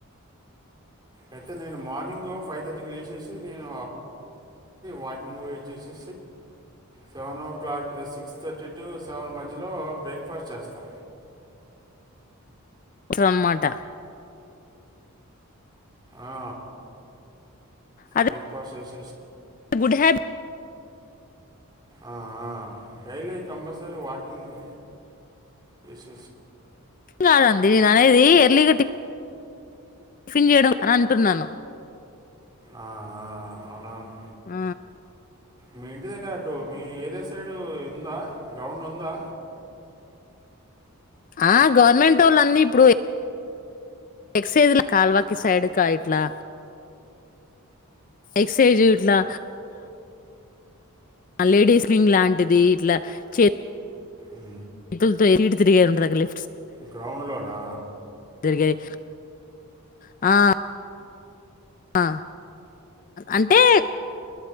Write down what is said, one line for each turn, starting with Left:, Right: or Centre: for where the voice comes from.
Right: అయితే నేను మార్నింగ్ ఫైవ్ థర్టీ కి లేచేసి నేను వాకింగ్ పోయి వచ్చేసి seven o'clock six fifty to seven మధ్యలో బ్రేక్ పాస్ట్ చేస్తా
Left: సో అనమాట
Right: ఆ
Left: అదే
Right: బ్రేక్ఫాస్ట్ చేసి
Left: గుడ్ హ్యాబిట్
Right: ఆ డైలీ కంపల్సరీ వాకింగ్ చూస్
Left: కాదండి నేను అనేది ఎర్లీ ఫిన్ చేయడం అని అంటున్నాను.
Right: ఆ అవునను
Left: ఆ
Right: మీ ఇంటిదగ్గర కో మీ ఏరియా సైడు ఉందా గ్రౌండ్ ఉందా
Left: ఆ గవర్నమెంటోళ్ళన్నీ ఇప్పుడు ఎక్సైజల కల్వాకి సైడుకి ఇట్లా ఎక్ససైజ్ ఇట్లా లేడీస్ వింగ్ లాంటిది ఇట్లా చే
Right: ఉ
Left: తుతో తరిగిగ
Right: గ్రౌండ్లోనా
Left: తిరిగేది ఆ ఆ అంటే